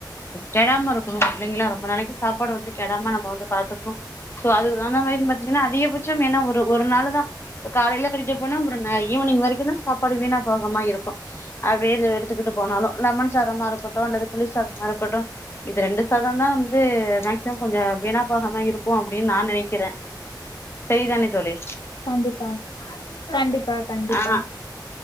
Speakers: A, on the left; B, on the left.
A: கெடாம இருக்கணு இல்லைங்களா ரொம்ப நாளைக்கு சாப்பாடு வந்து கெடாம நம்ம வந்துப் பாத்துக்கணு சோ அதுக்கு தகுந்த மாரியு பாத்தீங்கன்னா அதிகபட்சம் ஏன்னா ஒரு ஒரு நாளுதா அ காலையில கட்டிட்டு போனா அப்புறோ நா ஈவினிங் வரைக்கு தா சாப்பாடு வீணா போகமா இருக்கு அப்டியே எடு எடுத்துக்கிட்டு போனாலு லெமன் சாதமா இருக்கட்டு அல்லது புலி சாதமா இருக்கட்டு இது ரெண்டு சாதோ தா வந்து மேக்சிமம் கொஞ்ச வீணா போகாம இருக்கும் அப்டின்னு நா நெனைக்கிறே சரிதானே தோழி
B: கண்டிப்பா கண்டிப்பா கண்டிப்பா
A: ஆ